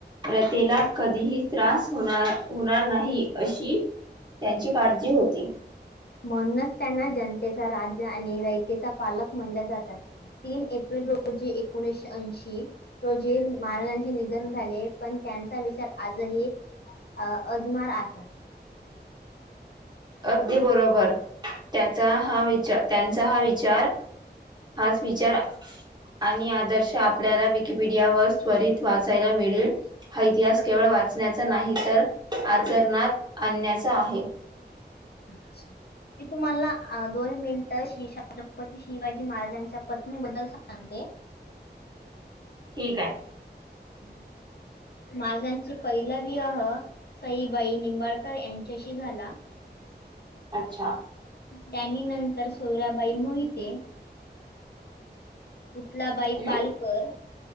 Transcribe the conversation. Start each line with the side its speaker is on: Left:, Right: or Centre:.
Right: प्रथेला कधीही त्रास होणार होणार नाही अशी त्यांची काळजी होती.
Left: म्हणूनच त्यांना जनतेचा राजा आणि रयतेचा पालक म्हणल्या जातात. तीन एप्रिल रोजी एकोणीसशे ऐंशी रोजी महाराजांचे निधन झाले. पण त्यांचा विचार आजही अ अजमार आहे.
Right: अगदी बरोबर त्याचा हा विचार त्यांचा हा विचार हाच विचारा आणि आदर्श आपल्याला विकिपीडिया वर त्वरित वाचायला मिळेल. हा इतिहास केवळ वाचण्याचा नाही तर आचरणात आणण्याचा आहे.
Left: मी तुम्हाला दोन मे निटं छत्रपती शिवाजी महाराजांच्या पत्नी बद्दल सांगते
Right: ठीक आहे
Left: <inaudible> महाराजांचे पहिला विवाह सईबाई निंबाळकर यांच्याशी झाला
Right: अच्छा
Left: त्यांनी नंतर सोयराबाई मोहिते पुतलाबाई
Right: हम्म
Left: पालकर